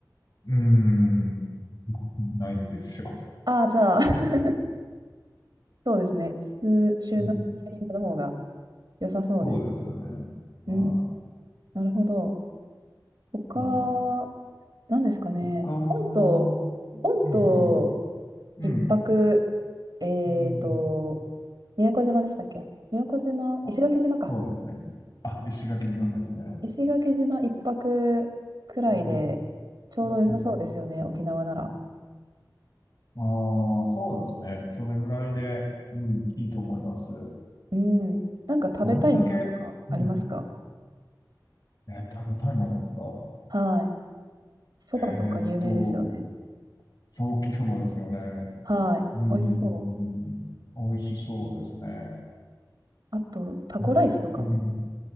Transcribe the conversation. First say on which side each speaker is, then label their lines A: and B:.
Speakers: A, on the left (about 60°); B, on the right (about 65°).
A: うーん、ないんですよ。
B: ああ、じゃあ、<laughs> そうですね。普通シュノーケリングの方が
A: うん
B: 良さそうです。
A: そうですよね。は
B: うん、なるほど。他、
A: いはい
B: 何ですかね。
A: 他、うんうん、
B: 本島、本島
A: うん、
B: 一泊、えっと、
A: うん。
B: 宮古島でしたっけ宮古島、
A: あ、
B: 石垣島か。
A: そうですね。あ、石垣島ですね。
B: 石垣島一泊くらいで、
A: うん、
B: ちょうど良さそうですよね、
A: うん。
B: 沖縄なら。
A: ああ、そうですね。それぐらいで、うん、いいと思います。
B: うん。なんか食べたいものとかありますか
A: どんだけ、うん、え、食べたいものですか
B: はい。そばとか有名ですよね。
A: えーっと、ソーキそばですよね。
B: はい。
A: うん、
B: 美味しそ
A: 美味しそうですね。
B: う。あと、タコライスとか。
A: なうん、